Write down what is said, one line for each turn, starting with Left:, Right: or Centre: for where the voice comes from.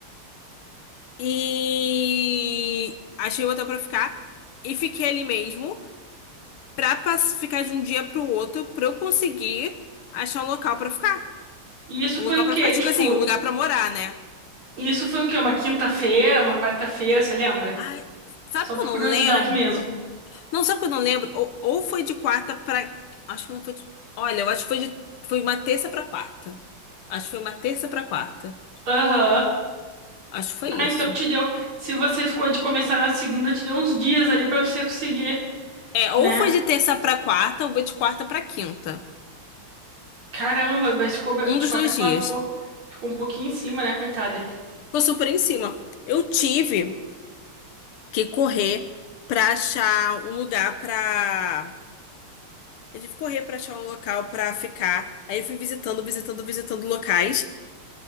Left: E achei um hotel pra ficar e fiquei ali mesmo pra pass- ficar de um dia pro outro pra eu conseguir achar um local pra ficar.
Right: E isso
Left: Um
Right: foi
Left: local
Right: o
Left: pra
Right: quê?
Left: ficar, digo
Right: Tipo,
Left: assim, um lugar pra morar, né?
Right: E isso foi o quê? Uma quinta-feira, uma quarta-feira, você lembra?
Left: Ai, sabe
Right: Só
Left: que
Right: por
Left: eu não
Right: curiosidade
Left: lembro?
Right: mesmo.
Left: Não, sabe que eu não lembro? Ou, ou foi de quarta pra. Acho que não foi de. Olha, eu acho que foi de. Foi uma terça pra quarta. Acho que foi uma terça pra quarta.
Right: Aham.
Left: Acho que foi
Right: Ah,
Left: isso.
Right: então te deu. Se você ficou de começar na segunda, te deu uns dias ali pra você conseguir,
Left: É, ou
Right: né?
Left: foi de terça pra quarta, ou foi de quarta pra quinta.
Right: Caramba, mas ficou, de
Left: Um dos
Right: qualquer
Left: dois
Right: forma,
Left: dias.
Right: ficou, ficou um pouquinho em cima, né, coitada?
Left: Ficou super em cima. Eu tive que correr pra achar um lugar pra. Eu tive que correr pra achar um local pra ficar. Aí eu fui visitando, visitando, visitando locais.